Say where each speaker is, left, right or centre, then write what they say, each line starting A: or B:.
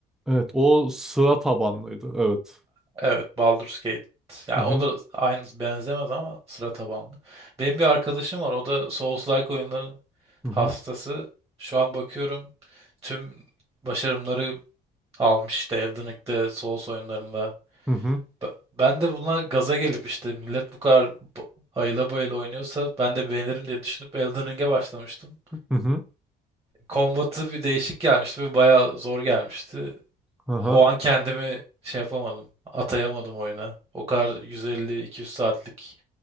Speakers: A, in the centre; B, on the right.
A: Evet, o sıra tabanlıydı. Evet.
B: Evet, Baldur's Gate. Ya
A: Hı hı.
B: o da aynı benzemez ama sıra tabanlı. Benim bir arkadaşım var. O da Souls-like oyunların
A: Hı hı.
B: hastası. Şu an bakıyorum tüm başarımları almış işte Elden Ring'de, Souls oyunlarında.
A: Hı hı.
B: Be- Ben de buna gaza gelip işte millet bu kadar bu- ayıla bayıla oynuyorsa ben de beğenirim diye düşünüp Elden Ring'e başlamıştım.
A: Hı hı.
B: Kombatı bir değişik gelmişti ve bayağı zor gelmişti.
A: Aha.
B: O an kendimi şey yapamadım. Atayamadım oyuna. O kadar 150-200 saatlik